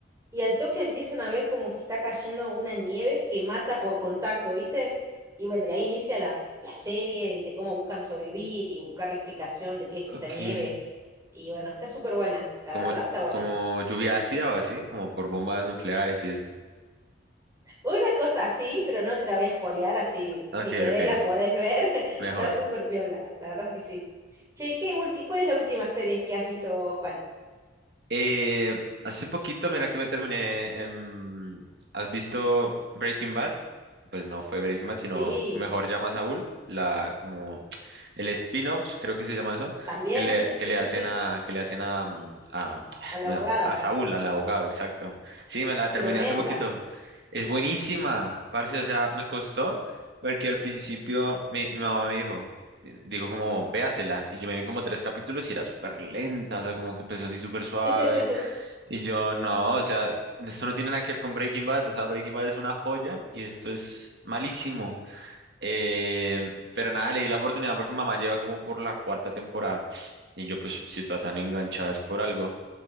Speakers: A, on the right; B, on the right.
A: y al toque empiezan a ver como que está cayendo una nieve que mata por contacto, ¿viste? Y bueno, de ahí inicia la, la serie de cómo buscan sobrevivir y buscar la explicación de qué es esa
B: Ok.
A: nieve. Y bueno, está súper buena, la
B: Como,
A: verdad está buena.
B: como lluvia ácida o así, como por bombas nucleares y eso.
A: Una cosa así, pero no te la voy a spoilear, así
B: Ok,
A: si querés
B: ok,
A: la podés ver. <laughs> Está
B: mejor.
A: súper piola, la verdad es que sí. Che, ¿qué ulti cuál es la última serie que has visto, vos, Juan?
B: Eh, hace poquito, mira que me terminé. em, ¿has visto Breaking Bad? Pues no fue Breaking Bad, sino
A: Sí,
B: Mejor Llama a Saúl, la, como el spin-off, creo que se llama eso,
A: también,
B: que le,
A: sí,
B: que le
A: sí,
B: hacen
A: sí,
B: a, que le hacen a, mm, a, <tsk>
A: al
B: ¿cómo
A: abogado.
B: se llama? a Saúl, al abogado, exacto. Sí, me la terminé
A: Tremenda.
B: hace poquito. Es buenísima, parce, o sea, me costó, porque al principio mi, mi mamá me dijo, eh, dijo como, véasela. Y yo me vi como tres capítulos y era súper lenta, o sea, como que empezó así súper suave.
A: <laughs>
B: Y yo, no, o sea, que- esto no tiene nada que ver con Breaking Bad, o sea, Breaking Bad es una joya y esto es malísimo. Eh, pero nada, le di la oportunidad porque mamá lleva como por la cuarta temporada. Y yo, pues, si está tan enganchada es por algo.